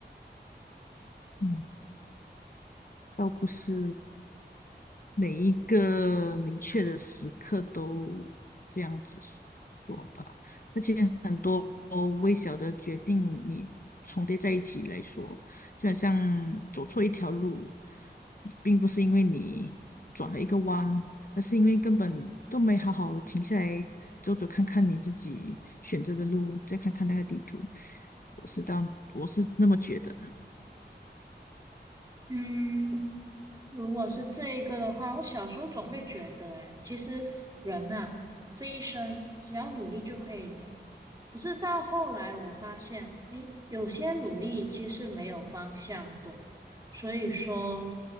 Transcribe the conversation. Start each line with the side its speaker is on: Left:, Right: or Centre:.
Left: 嗯，倒不是。每一个明确的时刻都这样子做吧，而且很多微小的决定你重叠在一起来说，就好像走错一条路，并不是因为你转了一个弯，而是因为根本都没好好停下来走走看看你自己选择的路，再看看那个地图。我是当我是那么觉得的，
Right: 嗯，如果是这一个的话，我小时候总会觉得，哎，其实人呐、这一生只要努力就可以了。可是到后来，我发现，诶，有些努力其实没有方向的，所以说，